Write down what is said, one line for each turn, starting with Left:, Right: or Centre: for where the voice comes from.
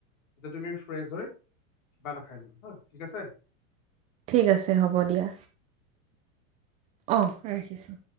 Left: এতিয়া তুমি ফ্ৰেছ হয় কিবা এটা খাই লোৱা হা? ঠিক আছে?
Right: ঠিক আছে হ'ব দিয়া। অ', ৰাখিছোঁ।